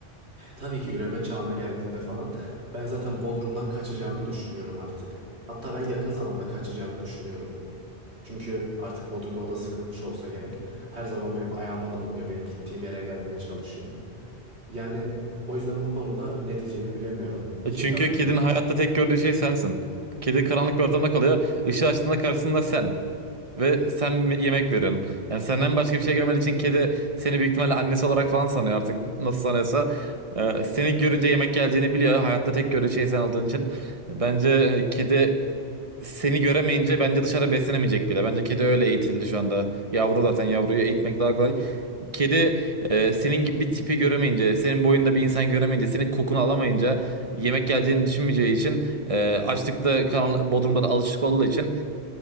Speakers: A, on the right; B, on the right.
A: Tabii ki üreme çağına geldiğinde falan ben zaten Bodrum'dan kaçacağını düşünüyorum artık. Hatta ben yakın zamanda kaçacağını düşünüyorum. Çünkü artık Bodrum'da o da sıkılmış olsa gerek. Her zaman benim ayağıma dolanıyor, benim gittiğim yere gelmeye çalışıyor. Yani o yüzden bu konuda ne diyeceğimi bilemiyorum
B: E,
A: kedi
B: Çünkü
A: hakkında.
B: kedinin hayatta tek gördüğü şey sensin. Kedi karanlık bir ortamda kalıyor. Işığı açtığında karşısında sen. Ve sen bir yemek verin. Yani senden başka bir şey görmediği için kedi seni büyük ihtimalle annesi olarak falan sanıyor artık nasıl sanıyorsa. Ee, seni görünce yemek geleceğini biliyor. Hayatta tek gördüğü şey sen olduğun için. Bence kedi seni göremeyince bence dışarı beslenemeyecek bile. Bence kedi öyle eğitildi şu anda. Yavru zaten yavruyu eğitmek daha kolay. Kedi e, senin gibi bir tipi göremeyince, senin boyunda bir insan göremeyince, senin kokunu alamayınca, yemek geleceğini düşünmeyeceği için, e, açlıkta, karan- bodrumda da alışık olduğu için